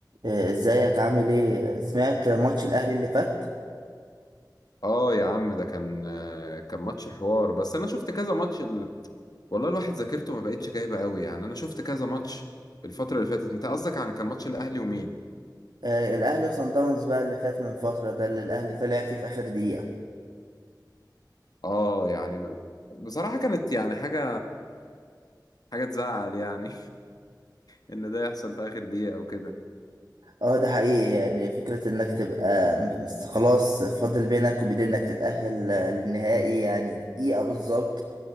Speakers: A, on the right (about 70°); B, on the left (about 60°).
A: آه، ازيك عامل ايه سمعت ماتش الاهلي اللي فات
B: اه يا عم ده كان آه، كان ماتش حوار بس انا شفت كذا ماتش ال... والله الواحد ذاكرته ما بقتش جايبه قوي يعني انا شفت كذا ماتش الفتره اللي فاتت انت قصدك عن كان ماتش الاهلي ومين
A: آه، الاهلي وصن داونز بقى اللي فات من فتره ده اللي الاهلي طلع فيه في اخر دقيقه
B: اه يعني بصراحه كانت يعني حاجه حاجه تزعل يعني <laughs> ان ده يحصل في اخر دقيقه او كده
A: اه ده حقيقي يعني فكره انك تبقى م- مس- خلاص فاضل بينك وبين انك تتاهل آه، للنهائي يعني دقيقه بالظبط